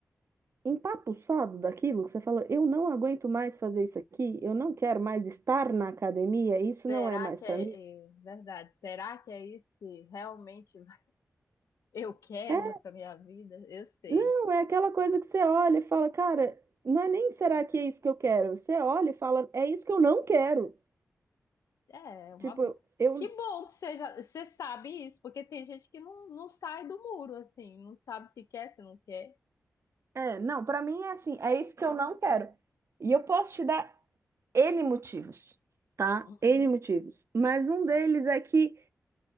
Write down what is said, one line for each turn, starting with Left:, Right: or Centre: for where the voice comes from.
Right: empapuçado daquilo, que você fala, eu não aguento mais fazer isso aqui, eu não quero mais estar na academia, isso
Left: Será
Right: não é mais
Left: que
Right: para
Left: é,
Right: mim.
Left: é verdade? Será que é isso que realmente <laughs> eu quero
Right: É,
Left: para minha vida? Eu sei.
Right: não, é aquela coisa que você olha e fala, cara, não é nem será que é isso que eu quero? Você olha e fala, é isso que eu não quero.
Left: É, uma.
Right: Tipo,
Left: bo-
Right: eu,
Left: Que bom que você, já, você sabe isso, porque tem gente que não, não sai do muro, assim, não sabe se quer, se não quer.
Right: é, não, para mim é assim, é isso que eu não quero. E eu posso te dar N motivos, tá?
Left: Uhum.
Right: N motivos. Mas um deles é que